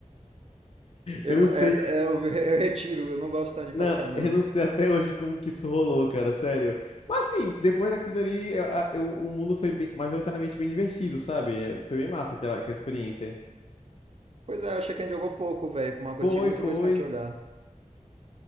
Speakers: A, on the right (about 50°); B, on the left (about 50°).
A: Eu
B: Eu não
A: não,
B: sei.
A: é, é, eu, <laughs> eu retiro, eu não gosto tanto de
B: Não,
A: passear, não.
B: eu não sei até hoje como que isso rolou, cara, sério. Mas assim, depois daquilo dali, eu- a- eu- o mundo foi bem- majoritariamente bem divertido, sabe? É, Foi bem massa aquela, aquela experiência.
A: Pois é, eu achei que a gente jogou pouco, velho, pra uma coisa,
B: Foi,
A: que tinha muita
B: foi.
A: coisa pra gente olhar.